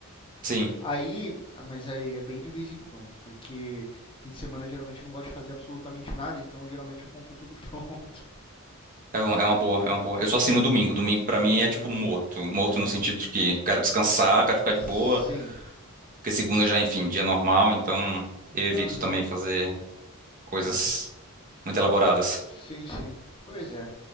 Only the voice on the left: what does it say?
Aí, ah, mas aí é bem de vez em quando, porque fim de semana geralmente eu não gosto de fazer absolutamente nada, então geralmente eu compro tudo pronto. <laughs>
Aham,
é.
Sim.
Aham,
é.
Sim, sim. Pois é.